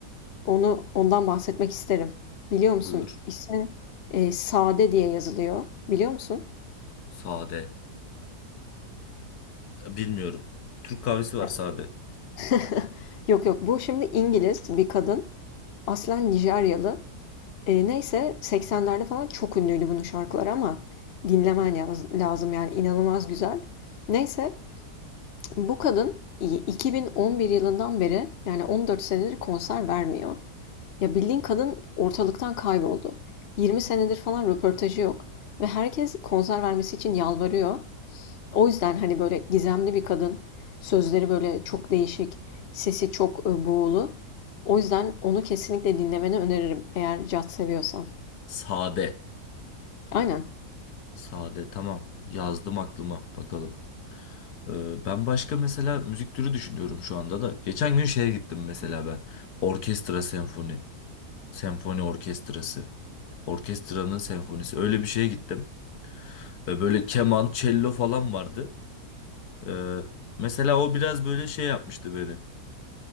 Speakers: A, on the left; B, on the left.
A: Onu ondan bahsetmek isterim. Biliyor musun?
B: Buyur.
A: İsmi e, Sade diye yazılıyor. Biliyor musun?
B: Sade. E, Bilmiyorum. Türk kahvesi var
A: Ya.
B: sade.
A: <laughs> Yok yok bu şimdi İngiliz bir kadın. Aslen Nijeryalı. E, neyse 80'lerde falan çok ünlüydü bunun şarkıları ama dinlemen yaz- lazım yani inanılmaz güzel. Neyse bu kadın 2011 yılından beri yani 14 senedir konser vermiyor. Ya bildiğin kadın ortalıktan kayboldu. 20 senedir falan röportajı yok. Ve herkes konser vermesi için yalvarıyor. O yüzden hani böyle gizemli bir kadın. Sözleri böyle çok değişik. Sesi çok e, buğulu. O yüzden onu kesinlikle dinlemeni öneririm eğer caz seviyorsan.
B: Sade.
A: Aynen.
B: Sade tamam yazdım aklıma bakalım. Ee, ben başka mesela müzik türü düşünüyorum şu anda da. Geçen gün şeye gittim mesela ben. Orkestra senfoni. Senfoni orkestrası. Orkestranın senfonisi. Öyle bir şeye gittim. Ee, böyle keman, cello falan vardı. Ee, mesela o biraz böyle şey yapmıştı beni.